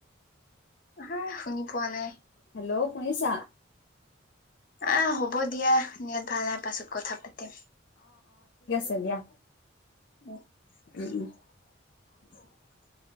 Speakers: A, on the left; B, on the left.
A: হাই শুনি পোৱা নাই
B: হেল্ল' শুনিছা
A: আহ হ'ব দিয়া নেটত ভাল নাই কথা পাতিম
B: এই দিয়া
A: উ <unintelligible>
B: উম, উম।